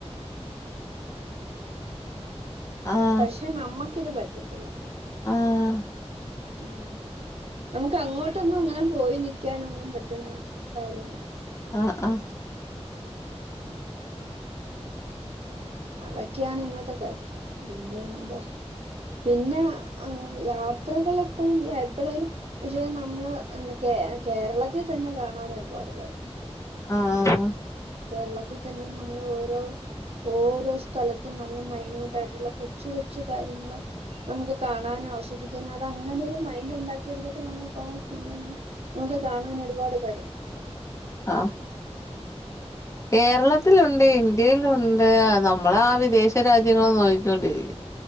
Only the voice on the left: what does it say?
ആഹ്
ആഹ്
ആഹ് ആഹ്
ആഹ് ആഹ്
ആഹ്. കേരള ത്തിലുണ്ട്, ഇന്ത്യേലുണ്ട് നമ്മളാ വിദേശ രാജ്യങ്ങൾ നോയിക്കോണ്ടിരിക്കും.